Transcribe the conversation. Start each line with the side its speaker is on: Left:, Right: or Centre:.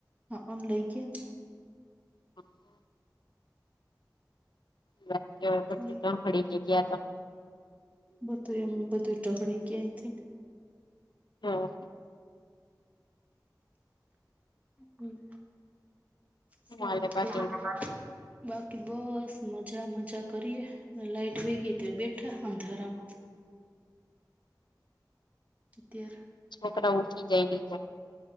Right: હઅંન લઈ ગ્યાંન.
Left: હ. <unintelligible> પછી
Right: લઈ
Left: ત મડીને જગ્યા ત
Right: બધું એમ, બધું ટહળી ગ્યા અઈંથીને.
Left: હ
Right: હમ્મ,
Left: હું
Right: સારુ
Left: હાલે બાકી
Right: કેવાય <unintelligible> બાકી બસ મજા મજા કરીએ ને, લાઈટ બી ગે ત બેઠા અંધારામાં. ત્યાર.
Left: છોકરાઓ ઊઠી જાય નીચે.